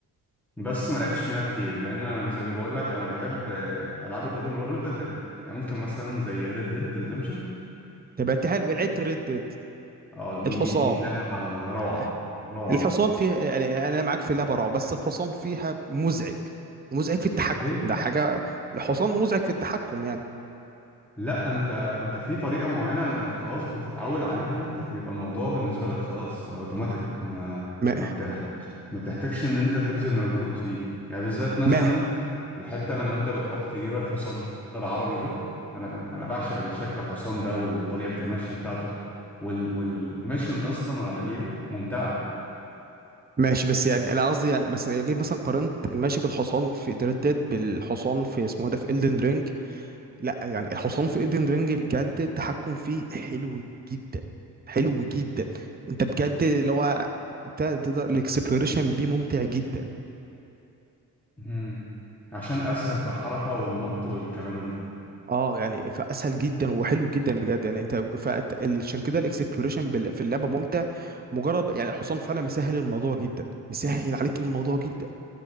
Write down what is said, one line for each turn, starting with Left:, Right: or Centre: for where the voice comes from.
Centre: بس ما لعبتش منها كتير لان أنا زي ما بقول لك انا بحب آه، العاب الاوبن وورلد يعني ممكن مثلا زي ريد ديد ريدمشن
Right: طب انت حلو لعبت ريد ديد
Centre: اه
Right: الحصان
Centre: دي دي لعبه روعه
Right: لا
Centre: روعه
Right: الحصان فيها يعني انا معاك في اللعبه رعب بس الحصان فيها مزعج مزعج في التحكم
Centre: ليه؟
Right: ده حاجه الحصان مزعج في التحكم يعني
Centre: لا انت انت في طريقه معينه لما خلاص بتتعود عليها انت بيبقى الموضوع بالنسبه لك خلاص بقى اوتوماتيك ما
Right: ما
Centre: ما بتحتاجش ما بتحتاجش ان انت تبذل مجهود فيه يعني بالذات مثلا
Right: ما
Centre: الحته لما انت بتروح تجيب الحصان العربي ده انا انا بعشق شكل الحصان ده وطريقه المشي بتاعته وال والميشن اصلا وانا بجيبه ممتعه
Right: ماشي بس يعني انا قصدي يعني بس ليه مثلا قارنت الماشي بالحصان في ريد ديد بالحصان في اسمه إيه ده في Elden Ring لا يعني الحصان في ايدن رينج بجد التحكم فيه حلو جدا حلو جدا انت بجد اللي هو تقدر الاكسبلوريشن بيه ممتع جدا
Centre: مهم. عشان اسهل في الحركه والنط والكلام ده
Right: اه يعني فاسهل جدا وحلو جدا بجد يعني انت فأت- عشان كده الاكسبلوريشن بال- في اللعبه ممتع مجرد يعني الحصان فعلا مسهل الموضوع جدا مسهل عليك الموضوع جدا